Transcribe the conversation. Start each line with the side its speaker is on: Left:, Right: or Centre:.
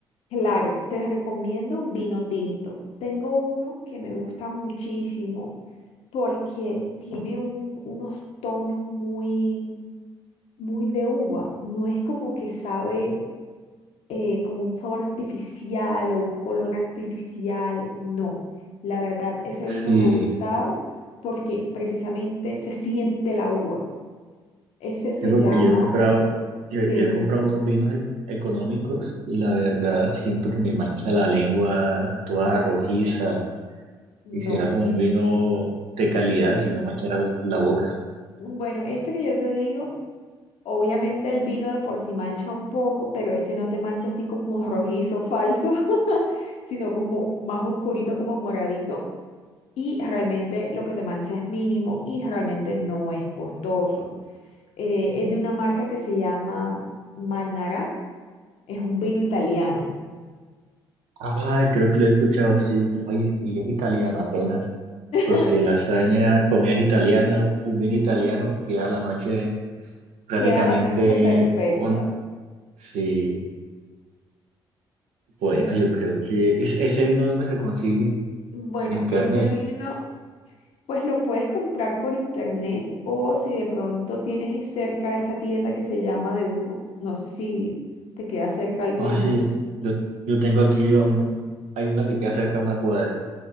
Left: Claro, te recomiendo un vino tinto. Tengo uno que me gusta muchísimo porque tiene un- unos tonos muy, muy de uva. No es como que sabe eh, como un sabor artificial o un color artificial. No, la verdad, ese vino
Right: Sí,
Left: me ha gustado porque precisamente se siente la uva. Ese se
Right: sí, porque
Left: llama,
Right: yo he comprado, yo,
Left: sí,
Right: yo he comprado unos vinos e- económicos y la verdad siento que me mancha la lengua toda rojiza.
Left: no.
Right: Quisiera como un vino de calidad que no manchara la boca.
Left: Bueno, este que yo te digo. Obviamente el vino de por sí mancha un poco, pero este no te mancha así como rojizo falso, <laughs> sino como más oscurito, como moradito. Y realmente lo que te mancha es mínimo y realmente no es costoso. Eh, es de una marca que se llama Manara, es un vino italiano.
Right: Ah, creo que lo he escuchado, sí. Oye, y es italiano apenas,
Left: <laughs>
Right: porque lasaña, comida es italiana, un vino italiano queda a la noche prácticamente
Left: Queda la noche perfecta.
Right: un... Sí. Bueno,
Left: En-
Right: yo creo que es- ese vino donde se consigue
Left: bueno,
Right: en internet.
Left: ese vino Pues lo puedes comprar por internet o si de pronto tienes cerca esta tienda que se llama De Uno, no sé si te queda cerca alguna,
Right: Ah, sí. Yo, yo tengo aquí a un- hay una que queda cerca de una cuadra.